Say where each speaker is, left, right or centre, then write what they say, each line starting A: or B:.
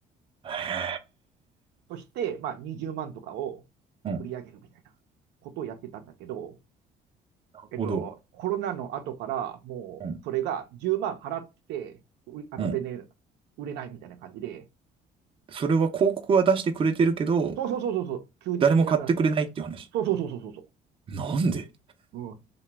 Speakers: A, on the right; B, on the right.
A: へ
B: そして、まあ、20万とかを売り上げるみたいなことをやってたんだけど、
A: え。うん。なるほど。
B: えっと、コロナの後からもうそれが10万払って、
A: うん。
B: あの全然
A: うん。
B: 売れないみたいな感じで、
A: それは広告は出してくれてるけど、
B: そうそうそうそうそう、急に売れなくなった。
A: 誰も買ってくれないっていう話。
B: そうそうそうそうそ
A: なんで
B: う。う